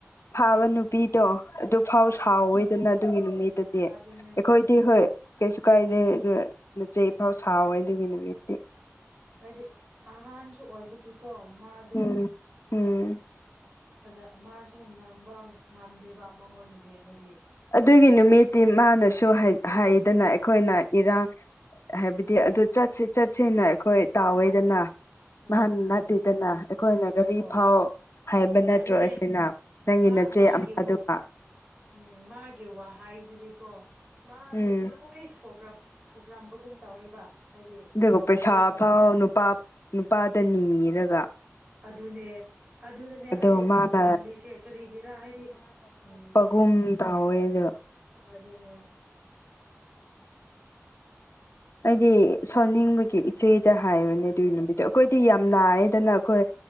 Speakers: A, on the left; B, on the right.
A: ꯐꯥꯕ ꯅꯨꯄꯤꯗꯣ ꯑꯗꯨ ꯐꯥꯎ
B: ꯑꯣ
A: ꯁꯥꯎꯋꯦꯗꯅ ꯑꯗꯨꯒꯤ ꯅꯨꯃꯤꯠꯇꯗꯤ
B: ꯑꯗꯨꯅꯦ
A: ꯑꯈꯣꯏꯗꯤ
B: ꯑꯗꯨꯅꯦ
A: ꯍꯣꯏ ꯀꯩꯁꯨ ꯀꯥꯏꯗꯦ ꯑꯗꯨ ꯅꯆꯦ ꯐꯥꯎ ꯁꯥꯎꯋꯦ ꯑꯗꯨꯒꯤ ꯅꯨꯃꯤꯠꯇꯤ
B: ꯍꯥꯏꯗꯤ ꯑꯍꯥꯟꯁꯨ ꯑꯣꯏꯕꯒꯤꯀꯣ ꯃꯥꯗꯣ
A: ꯎꯝ ꯎꯝ
B: ꯍꯥꯏꯗꯤ ꯐꯖ ꯃꯥꯁꯨ ꯉꯥꯡꯕ ꯉꯝꯗꯦꯕ ꯃꯉꯣꯟꯗꯗꯤ ꯍꯥꯏꯗꯤ
A: ꯑꯗꯨꯒꯤ ꯅꯨꯃꯤꯠꯇꯤ ꯃꯥꯅꯁꯨ ꯍꯥꯏꯗꯅ ꯑꯩꯈꯣꯏꯅ ꯏꯔꯥꯡ ꯍꯥꯏꯕꯗꯤ ꯑꯗꯨ ꯆꯠꯁꯤ ꯆꯠꯁꯦꯅ ꯑꯈꯣꯏ ꯇꯥꯎꯋꯦꯗꯅ
B: ꯍꯣꯏ
A: ꯃꯥꯅ ꯅꯥꯠꯇꯦꯗꯅ ꯑꯈꯣꯏꯅ ꯒꯥꯔꯤ
B: ꯍꯣꯏ
A: ꯐꯥꯎ ꯍꯥꯏꯕ ꯅꯠꯇ꯭ꯔꯣ
B: ꯑꯗꯨꯅꯦ
A: ꯑꯈꯣꯏꯅ ꯅꯪꯒꯤ
B: ꯃꯥ
A: ꯅꯆꯦ
B: ꯃꯥꯒꯤ
A: ꯑꯃꯗꯨꯒ
B: ꯎꯝ ꯃꯥꯒꯤ ꯋꯥꯍꯩꯗꯨꯗꯤꯀꯣ ꯃꯥꯅ
A: ꯎꯝ
B: ꯂꯣꯏ ꯊꯣꯛꯈ꯭ꯔ ꯊꯣꯛꯔꯝꯕꯒꯨꯝ ꯇꯧꯋꯦꯕ ꯍꯥꯏꯗꯤ
A: ꯑꯗꯨꯒ
B: ꯒꯥꯔꯤ
A: ꯄꯩꯁꯥ
B: ꯑꯗꯨ
A: ꯐꯥꯎ
B: ꯑꯗꯥ
A: ꯅꯨꯄꯥ ꯅꯨꯄꯥꯗ ꯅꯤꯔꯒ
B: ꯑꯗꯨꯅꯦ ꯑꯗꯨꯗꯅꯦ
A: ꯑꯗꯣ
B: ꯑꯩꯅ
A: ꯃꯥꯅ
B: ꯌꯥꯝ ꯇꯥꯜꯂꯤꯁꯦ ꯀꯔꯤꯒꯤꯔ ꯍꯥꯏꯗꯤ ꯎꯝ
A: ꯎꯝ ꯇꯧꯋꯦꯗ
B: ꯑꯗꯨꯅꯦ
A: ꯑꯩꯗꯤ ꯁꯥꯎꯅꯤꯡꯕꯒꯤ ꯏꯆꯦꯗ ꯍꯥꯏꯕꯅꯦ ꯑꯗꯨꯒꯤ ꯅꯨꯃꯤꯠꯇꯣ ꯑꯈꯣꯏꯗꯤ ꯌꯥꯝ ꯅꯥꯏꯌꯦꯗꯅ ꯑꯈꯣꯏ